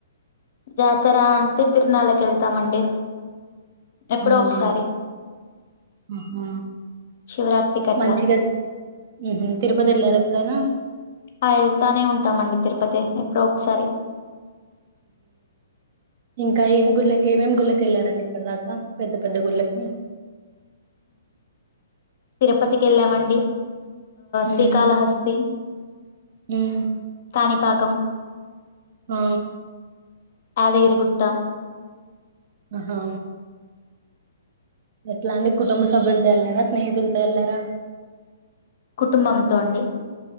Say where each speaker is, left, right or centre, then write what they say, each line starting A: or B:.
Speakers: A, on the left (about 50°); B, on the right (about 45°).
A: జాతర అంటే తిరునళ్కి వెళ్తామండి ఎప్పుడో
B: అవునా
A: ఒకసారి
B: ఆహా
A: శివరాత్రికి అట్లా
B: మంచిగా ఉహు తిరుపతి వెళ్లారా ఎప్పుడైనా
A: ఆ వెళ్తానే ఉంటామండి తిరుపతి ఎప్పుడో ఒకసారి
B: ఇంకా ఏం గుళ్ళకి ఏమేమి గుళ్ళకి వెళ్ళారండి ఇప్పటి దాకా పెద్ద పెద్ద గుళ్ళకి
A: తిరుపతికి ఎళ్ళామండి
B: ఉమ్
A: శ్రీకాల హస్తి
B: ఉమ్
A: కాన్ పాాకం
B: ఆ
A: యాదగిరి గుట్ట
B: ఆ హా ఎట్లా అని కుటుంబ సభ్యులతో వెళ్లారా స్నేహితులతో వెళ్లారా
A: కుటుంబంతో అండి